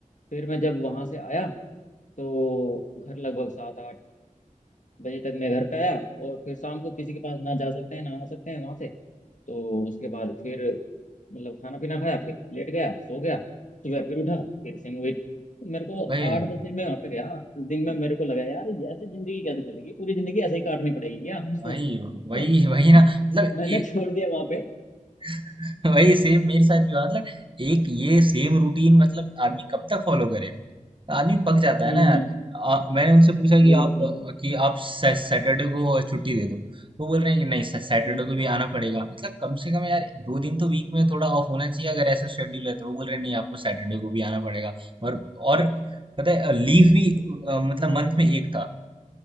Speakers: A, on the left (about 65°); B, on the right (about 40°).
A: फिर मैं जब वहां से आया तो घर लगभग सात आठ बजे तक मैं घर पे आया और फिर शाम को किसी के पास ना जा सकते हैं ना आ सकते हैं वहां से तो उसके बाद फिर मतलब खाना पीना खाया फिर लेट गया सो गया सुबह फिर उठा फिर से मूवी मेरे को
B: वही है
A: आठ दस दिन में वहां पे गया आठ दस दिन में मेरे को लगा यार ये ऐसे जिंदगी कैसे चलेगी पूरी जिंदगी ऐसे ही काटनी पड़ेगी क्या <laughs>
B: वही वही वही ना मतलब
A: मैंने
B: ये
A: छोड़ दिया वहां पे
B: <laughs> वही सेम मेरे साथ भी हुआ मतलब एक ये सेम रूटीन मतलब आदमी कब तक फॉलो करेगा आदमी पक जाता
A: हम्म
B: है ना यार आ, मैंने उनसे पूछा कि
A: बिल्कुल
B: आप
A: बिल्कुल
B: कि आप सै- सैटरडे को छुट्टी दे दो तो बोल रहे हैं कि नहीं सै- सैटरडे
A: हम्म
B: को भी आना पड़ेगा मतलब कम से कम यार दो दिन तो वीक में थोड़ा ऑफ होना चाहिए अगर ऐसा शेड्यूल है तो वो बोल रहे हैं नहीं आपको सैटरडे को भी आना पड़ेगा और और पता है लीव भी अ, मतलब मंथ में एक था